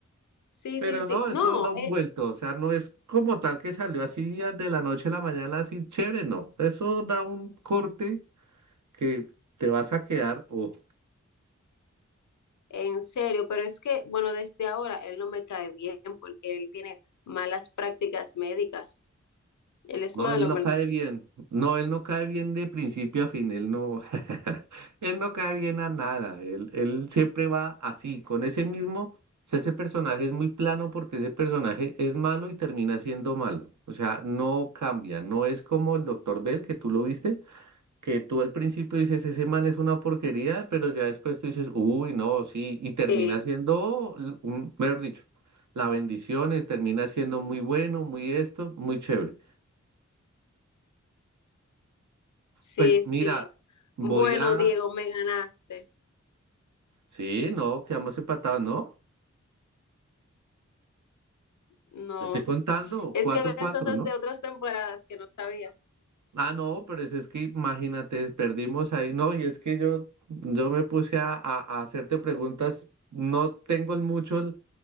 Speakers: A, on the left (about 85°); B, on the right (about 80°).
A: sí,
B: Pero
A: sí, sí.
B: no,
A: No,
B: eso da un
A: él-
B: vuelto. O sea, no es como tal que salió así de la noche a la mañana, así chévere, no. Eso da un corte que te vas a quedar, ojo
A: en serio, pero es que, bueno, desde ahora él no me cae bien porque él tiene malas prácticas médicas. Él es
B: No,
A: malo,
B: él
A: en
B: no
A: verdad.
B: cae bien. No, él no cae bien de principio a fin. Él no, <laughs> él no cae bien a nada. Él, él siempre va así, con ese mismo. o sea, ese personaje es muy plano porque ese personaje es malo y termina siendo malo. O sea, no cambia. No es como el Doctor Bell, que tú lo viste, que tú al principio dices, ese man es una porquería, pero ya después tú dices, uy, no, sí, y termina
A: Sí,
B: siendo, un, mejor dicho, la bendición, y termina siendo muy bueno, muy esto, muy chévere.
A: sí,
B: Pues
A: sí.
B: mira, voy
A: Bueno,
B: a...
A: Diego, me ganaste.
B: Sí, no, quedamos empatados, ¿no?
A: No.
B: Yo estoy contando,
A: Es
B: cuatro
A: que había
B: cuatro,
A: cosas
B: ¿no?
A: de otras temporadas que no sabía.
B: Ah, no, pero es, es que imagínate, perdimos ahí, no, y es que yo, yo me puse a, a- a hacerte preguntas, no tengo el mucho, el-